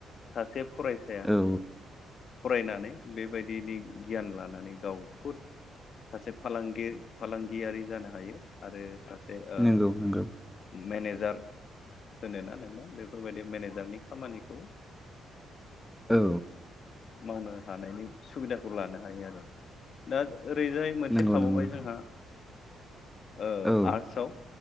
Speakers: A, on the left (about 55°); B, in the centre.
A: सासे फरायसाया
B: औ
A: फरायनानै बेबायदिनि गियान लानानै गावखौ सासे फालांगिर फालांगियारि जानो हायो आरो सासे ओ
B: नंगौ नंगौ
A: मेनेज जार होनोना नोंना बेफोरबायदि मेनेजारनि खामानिखौ
B: औ
A: मावनो हानायनि सुबिदाखौ लानो हायो आरो दा ओ ओरैजाय मोनसे
B: नंगौ
A: थाबावबाय
B: नंगौ
A: जोंहा ओ
B: औ
A: आर्टसआव